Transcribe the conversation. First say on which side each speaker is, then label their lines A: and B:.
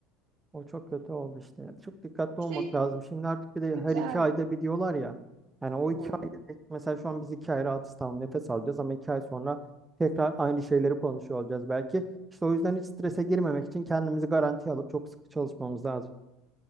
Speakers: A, on the right; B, on the right.
A: o çok kötü oldu işte. Yani Çok dikkatli
B: İşte
A: olmak lazım. Şimdi artık bir de
B: güzel.
A: her iki ayda bir diyorlar ya. Yani o
B: Hı.
A: iki ay mesela şu an biz iki ay rahatız tamam nefes alacağız ama iki ay sonra tekrar aynı şeyleri konuşuyor olacağız belki. İşte o yüzden hiç strese girmemek için kendimizi garantiye alıp çok sıkı çalışmamız lazım.